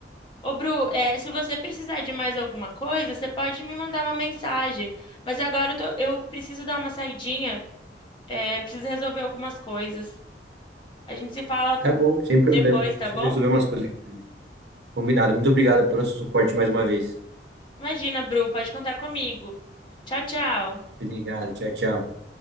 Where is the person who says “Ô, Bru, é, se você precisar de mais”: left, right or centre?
Left